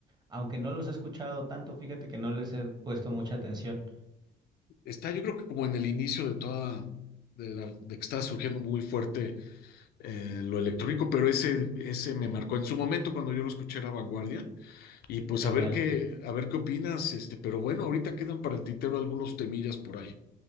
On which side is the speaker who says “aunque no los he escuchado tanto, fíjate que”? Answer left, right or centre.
Right